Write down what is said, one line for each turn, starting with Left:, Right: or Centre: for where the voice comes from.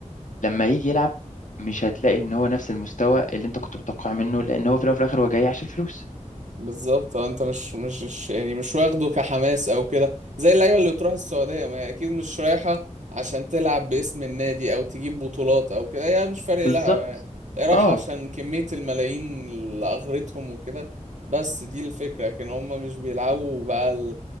Left: لما يجي يلعب مش هتلاقي ان هو نفس المستوى اللي انت كنت متوقع منه لان هو في الاول وفي الاخر هو جاي عشان الفلوس
Right: بالظبط اه انت مش مش مش- يعني مش واخده كحماس او كده زي اللعيبه اللي بتروح السعوديه ما هي اكيد مش رايحه عشان تلعب باسم النادي او تجيب بطولات او كده هي مش فارق
Left: بالظبط
Right: لها هي رايحه
Left: اه
Right: عشان كميه الملايين اللي اغرتهم وكده بس دي الفكره لكن هم مش بيلعبوا بقى ال...